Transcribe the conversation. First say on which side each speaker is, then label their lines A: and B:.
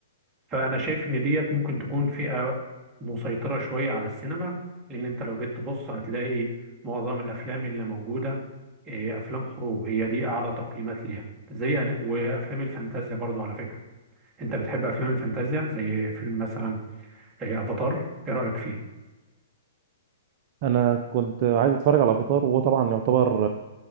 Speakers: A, on the right; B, on the right.
A: فانا شايف ان ديت ممكن تكون فئة مسيطرة شوية على السينما لان انت لو جيت تبص هتلاقي معظم الافلام اللي موجودة إيه، افلام حروب هي دي اعلى تقييمات ليها زي أنا- وافلام الفانتازيا برضو على فكرة انت بتحب افلام الفانتازيا زي فيلم مثلا إيه، افاتار ايه رأيك فيه
B: انا كنت عايز اتفرج على افاتار وهو طبعا يعتبر